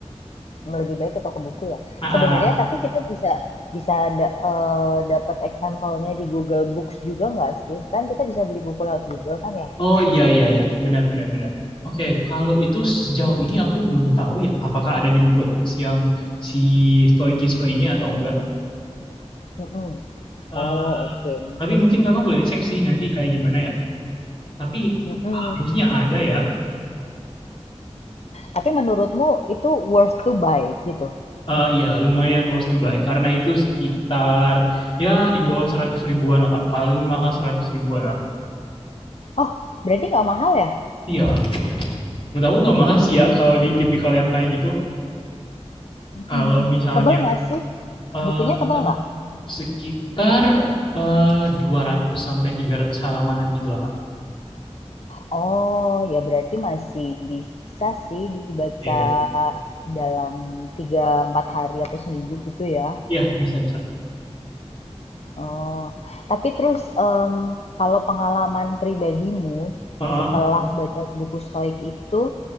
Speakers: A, on the left; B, on the left.
A: Lebih baik ke toko buku ya?
B: Ah,
A: Sebenarnya
B: ah.
A: tapi kita bisa bisa da eee, dapat example-nya di Google Books juga nggak sih? Kan kita bisa beli buku lewat Google kan ya?
B: Oh iya iya iya, benar benar benar. Oke, kalau itu sejauh ini aku belum tahu ya apakah ada di Google Books yang si stoikisme ini atau enggak.
A: Mhm.
B: Eh,
A: Oh, oke.
B: tapi mungkin kakak boleh cek sih nanti kayak gimana ya. Tapi
A: Mhm.
B: harusnya ada ya.
A: Tapi menurutmu itu worth to buy gitu?
B: Eh, iya, lumayan worth to buy karena itu sekitar ya di bawah 100 ribuan lah kak. Paling mahal 100 ribuan lah.
A: Oh, berarti nggak mahal ya?
B: Iya, Menurut aku nggak mahal sih ya kalau di tipikal yang kayak gitu. Kalau
A: Mhm mhm.
B: misalnya
A: Tebal nggak sih?
B: eh
A: Bukunya tebal nggak?
B: sekitar eh 200 sampai 300 halamanan gitu lah, Kak.
A: Oh, ya berarti masih bisa sih dibaca
B: Iya, iya.
A: dalam 3 4 hari atau seminggu gitu ya.
B: Iya, bisa bisa.
A: Oh, tapi terus em, kalau pengalaman pribadimu
B: Heeh.
A: setelah baca buku Stoik itu,